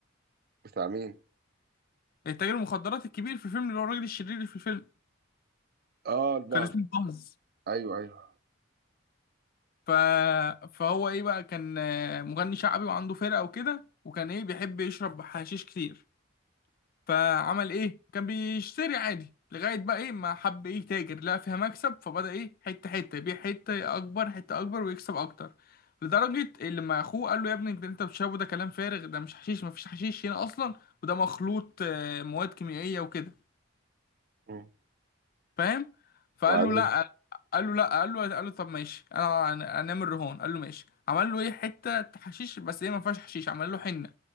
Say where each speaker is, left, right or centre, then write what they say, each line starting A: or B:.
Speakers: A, on the right (about 50°); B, on the left (about 45°).
A: بتاع مين
B: التاجر المخدرات الكبير في الفيلم اللي هو الراجل الشرير اللي في الفيلم
A: اه البعض
B: كان اسمه البهز
A: ايوه ايوه
B: ف... فهو ايه بقى كان آه، مغني شعبي وعنده فرقة وكده وكان ايه بيحب يشرب حشيش كتير فعمل ايه كان بيشتري عادي لغاية بقى ايه ما حب ايه تاجر لقى فيها مكسب فبدأ ايه حتة حتة يبيع حتة أكبر حتة أكبر ويكسب أكتر لدرجة اللي ما أخوه قال له يا ابني انت انت بتشربه ده كلام فارغ ده مش حشيش مفيش حشيش هنا أصلا وده مخلوط آه، مواد كيميائية وكده
A: مم.
B: فاهم فقال
A: وبعدين
B: له لا قال له لا قال له قال له طب ماشي انا أنا- انام الرهان قال له ماشي عمل له ايه حته حشيش بس هي ما فيهاش حشيش عمل له حنه